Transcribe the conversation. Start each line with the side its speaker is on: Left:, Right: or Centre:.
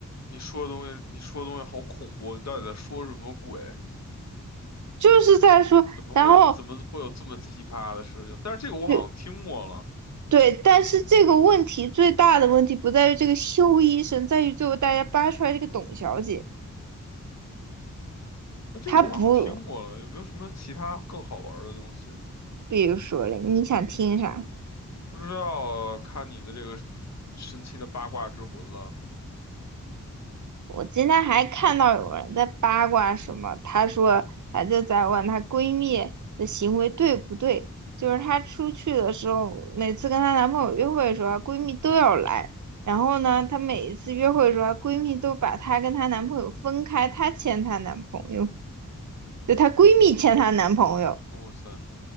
Left: 你说的东西，你说的东西好恐怖，你到底在说什么鬼？
Right: 就是在说，
Left: 怎么会有怎么会有这么奇葩的事情？
Right: 然后
Left: 但是这个我好像听过了，
Right: 就对，但是这个问题最大的问题不在于这个修医生，在于最后大家扒出来这个董小姐，
Left: 那这个我好像听过了，
Right: 她不，
Left: 有没有什么其他更好玩儿的东西？
Right: 比如说嘞，你想听啥？
Left: 不知道，看你的这个神奇的八卦之魂了。
Right: 我今天还看到有人在八卦什么，她说，她就在问她闺蜜的行为对不对，就是她出去的时候，每次跟她男朋友约会的时候，她闺蜜都要来，然后呢，她每一次约会的时候，她闺蜜都把她跟她男朋友分开，她牵她男朋友，就她闺蜜牵她男朋友。
Left: 哇塞，